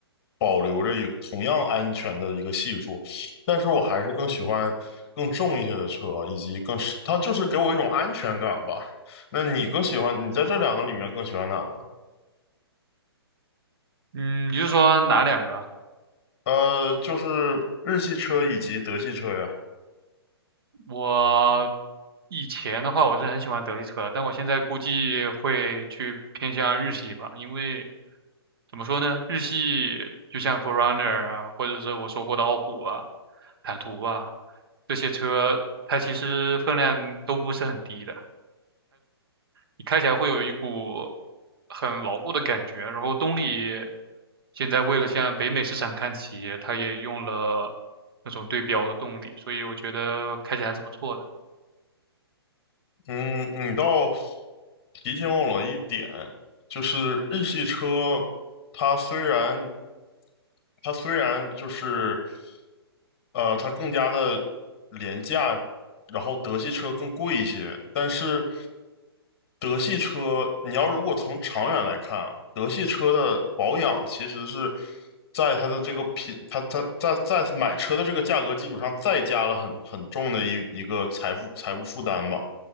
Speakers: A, on the left; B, on the right.
A: 保留着有同样安全的一个系数。但是我还是更喜欢更重一些的车，以及更是，它就是给我一种安全感吧。那你更喜欢，你在这两个里面更喜欢哪个？
B: 嗯，你是说哪两个啊？
A: 呃，就是日系车以及德系车呀。
B: 我以前的话，我是很喜欢德系车，但我现在估计会去偏向日系吧，因为怎么说呢，日系就像 f o r r u n n e r 啊，或者是我说过的傲虎啊、坦途啊这些车，它其实分量都不是很低的，你开起来会有一股很牢固的感觉。然后动力现在为了向北美市场看齐，它也用了那种对标的动力，所以我觉得开起来还是不错的。
A: 嗯，你倒提醒我了一点，就是日系车，它虽然它虽然就是呃，它更加的廉价，然后德系车更贵一些，但是德系车你要如果从长远来看啊，德系车的保养其实是在它的这个品，它它在在买车的这个价格基础上再加了很很重的一一个财富财务负担吧。